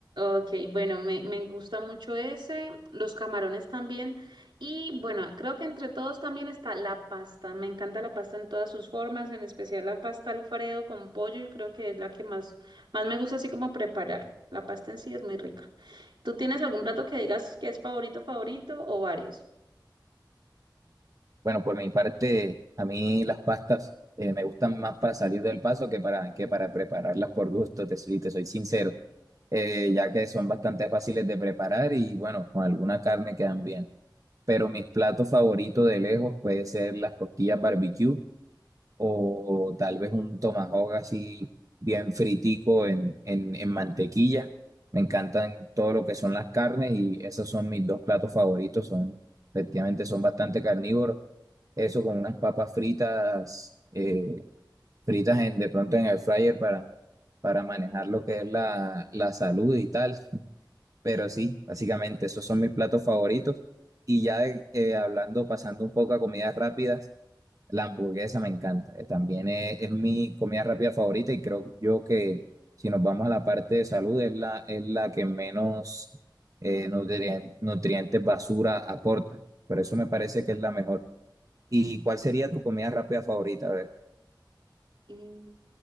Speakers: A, on the right (about 85°); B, on the right (about 45°).
A: ok, bueno, me, me gusta mucho ese, los camarones también. Y bueno, creo que entre todos también está la pasta. Me encanta la pasta en todas sus formas, en especial la pasta Alfredo con pollo. Yo creo que es la que más, más me gusta así como preparar. La pasta en sí es muy rica. ¿Tú tienes algún plato que digas que es favorito, favorito o varios?
B: Bueno, por mi parte, a mí las pastas eh, me gustan más para salir del paso que para, que para prepararlas por gusto, te, soy- te soy sincero, eh, ya que son bastante fáciles de preparar y bueno, con alguna carne quedan bien. Pero mis platos favoritos de lejos puede ser las costillas barbecue o, tal vez un tomahawk así bien fritico en, en, en mantequilla. Me encantan todo lo que son las carnes y esos son mis dos platos favoritos, son, efectivamente son bastante carnívoros eso con unas papas fritas, eh, fritas en, de pronto en el fryer para, para manejar lo que es la, la salud y tal. <laughs> Pero sí, básicamente esos son mis platos favoritos. Y ya eh, hablando, pasando un poco a comidas rápidas, la hamburguesa me encanta. eh, también es, es mi comida rápida favorita y creo yo que si nos vamos a la parte de salud es la, es la que menos eh, nutrien- nutrientes basura aporta. Por eso me parece que es la mejor. ¿Y cuál sería tu comida rápida favorita? A ver,
A: Mm,